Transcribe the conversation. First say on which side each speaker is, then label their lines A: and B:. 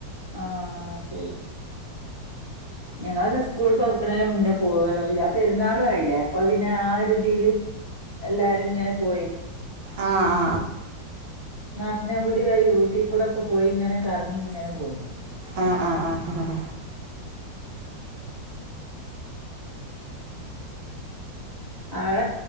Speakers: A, on the right; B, on the right.
A: ആഹ് ശരി. ഞങ്ങളൊക്കെ സ്കൂൾ തൊർക്ക്ണേന് മുന്നേ പോയതാ പിന്നാ പെരുന്നാളും ആയിലേ അപ്പൊ പിന്നെ ആ ഒരു. തീല് എല്ലാരുംങ്ങനെ പോയി.
B: ആ ആ
A: മസ്നഗുടി വഴി ഊട്ടി കൂടൊക്കെ പോയിങ്ങനെ കർങ്ങിങ്ങനെ പോന്ന്.
B: ആഹ് ആഹ് ആഹഹഹ.
A: അവ